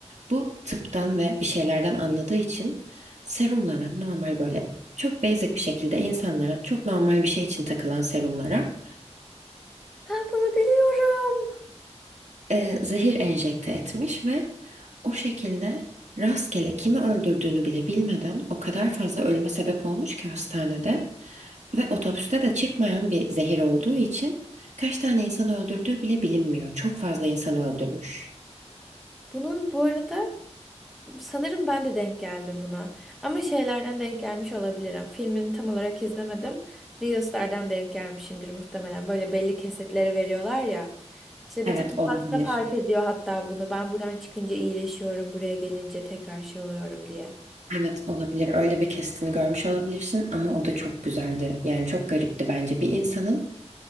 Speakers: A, on the right (about 80°); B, in the centre.
A: Bu tıptan ve bir şeylerden anladığı için serumlara normal böyle çok basic bir şekilde insanlara çok normal bir şey için takılan serumlara
B: Ben bunu biliyorum.
A: e, zehir enjekte etmiş ve o şekilde rastgele kimi öldürdüğünü bile bilmeden o kadar fazla ölüme sebep olmuş ki hastanede ve otopside de çıkmayan bir zehir olduğu için kaç tane insanı öldürdüğü bile bilinmiyor. Çok fazla insanı öldürmüş.
B: Bunun bu arada sanırım ben de denk geldim buna. Ama şeylerden denk gelmiş olabilirim. Filmini tam olarak izlemedim. Reels'lerden denk gelmişimdir muhtemelen. Böyle belli kesitleri veriyorlar ya. İşte bir
A: Evet
B: tane
A: olabilir.
B: hasta fark ediyor hatta bunu. Ben buradan çıkınca iyileşiyorum, buraya gelince tekrar şey oluyorum diye.
A: Evet olabilir. Öyle bir kestini görmüş olabilirsin ama o da çok güzeldi. Yani çok garipti bence bir insanın